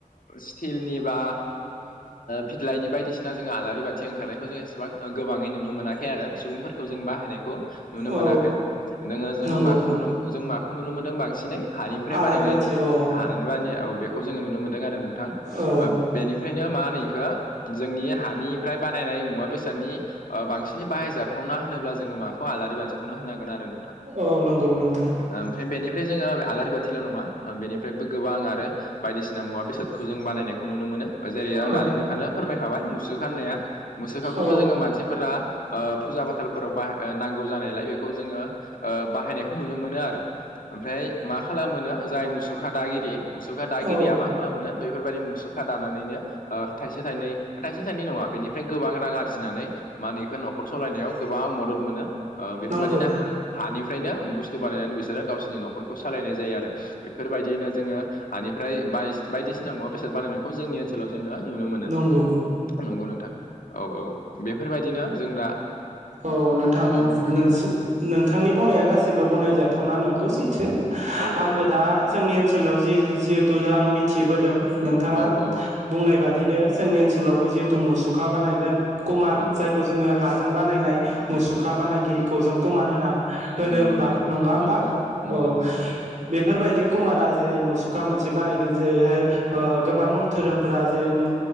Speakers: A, on the left (about 90°); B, on the right (about 65°).
A: स्टिलनि बा फिथलायनि बायदिसिना जोंङो आलारि बाथि ओंखारनायखौ जों एसेबां गोबांङै नुनो मोनाखै आरो सुबुंफोरखौ जों बाहायनायखौ नुनो
B: औ
A: मोनाखै नोंङो जोंङो
B: नंगौ
A: माखौ नुनो जों माखौ नुनो मोनदों बांसिनै हानिफ्राय
B: आलारि
A: बानायनाय
B: बाथि औ
A: <unintelligible> औ बेखौ जोंङो नुनो मोनदों आरो नोंथां
B: औ
A: ओ बेनिफ्रायनो मा होनोखो जोंनि हानिफ्राय बानायनाय मुवा बेसादनि ओ बांसिन बाहायजाब थावना होनोब्ला जोंङो माखौ आलारि बाथिखौनो होननांगोन आरो नों
B: औ नंगौ नोंथां
A: ओमफ्राय बेनिफ्राय जोंङो आलारि बाथिल' नंङा बेनिफ्रायबो गोबां आरो बायदिसिना मुवा बेसादखौ जों बानायनायखौ नुनो मोनो जेरै
B: औ
A: आं दानिनो थानो फोरमायखाबाय मुसुखा होननाया मुसुखाखौबो
B: औ
A: जोंङो मानसिफोरा ओ फुजा फाथालफोराव बाहाय ओ नांगौ जानायलाय बेखौ जोंङो ओ बाहायनायखौ नुनो मोनो आरो ओमफ्राय मा खालामो जाय मुसुखा दागिरि मुसुखा दागिरिया
B: औ
A: मा खालामोनो बेफोरबायाददि मुसुखा दानानैनो थाइसे थाइनै थाइसे थाइनै नङा बेनिफ्राय गोबां रां आरजिनानै मा होनो इखौ न'खर सालायनायाव गोबां मदद मोनो बेफोरबायदिनो
B: नंगौ
A: हा हानिफ्रायनो बुस्थु बानायनानै बिसोरो गावसिरनि न'खरखौ सालायनाय जायो आरो बेफोरबायदियैनो जोङो हानिफ्राय ब बायदिसिना मुवा बेसाद बानायखौ जोंनि ओनसो ओनसोलाव जोङो नुनो मोनो
B: नंगौ
A: नंगौ नोंथां औ औ बेफोरबायदिनो जों दा
B: औ नोंथां
A: औ नोंथां
B: नोंस
A: औ औ
B: नोंथांनि बुंनाया गासिबो गनायजाथावना नंगौ सैथो
A: औ
B: आंबो
A: औ
B: दा जोंनि ओनसोलाव जि जिहेतु आं मिथिबोदों नोंथांङा
A: औ औ
B: बुंनाय बादि बिदिनो जोंनि ओनसोलावबो जिहेतु मुसुखा बानायगोन कुमार
A: औ
B: जायखौ
A: औ
B: जोंङो हाजों बानायनाय मुसुखा बानायगिरिखौ जों कुमार होना होनो
A: नंगौ
B: होमबा नंङा होमबा
A: औ औ नंगौ
B: औ
A: नोंथां नंगौ
B: बेफोरबायदि कुमारा जेरै मुसुखा मोनसे बानायगोन जेरैहाय ओ गोबां धोरोमफोरा जेरै मु